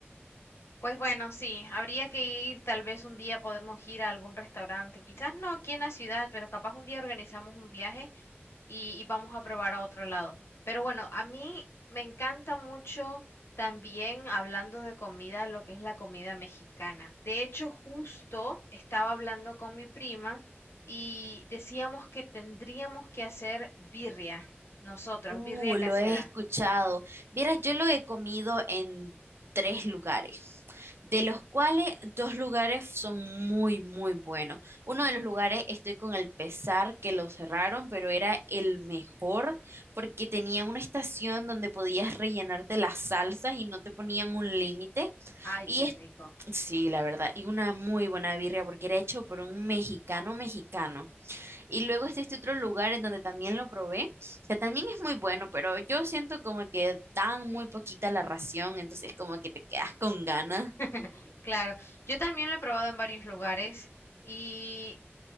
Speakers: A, on the left; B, on the right.
A: Pues bueno, sí, habría que ir, tal vez un día podemos ir a algún restaurante, quizás no aquí en la ciudad, pero capaz un día organizamos un viaje y, y vamos a probar a otro lado. Pero bueno, a mí me encanta mucho también hablando de comida, lo que es la comida mexicana. De hecho, justo estaba hablando con mi prima y decíamos que tendríamos que hacer birria, nosotros,
B: Uh,
A: birria casera.
B: lo he escuchado. Vieras, yo lo he comido en tres lugares, de los cuales dos lugares son muy, muy buenos. Uno de los lugares estoy con el pesar que lo cerraron, pero era el mejor porque tenía una estación donde podías rellenarte las salsas y no te ponían un límite.
A: Ay,
B: Y
A: qué rico.
B: es, sí, la verdad, y una muy buena birria porque era hecho por un mexicano mexicano. Y luego está este otro lugar en donde también lo probé, que también es muy bueno, pero yo siento como que dan muy poquita la ración, entonces como que te quedas con ganas.
A: <laughs> Claro, yo también lo he probado en varios lugares y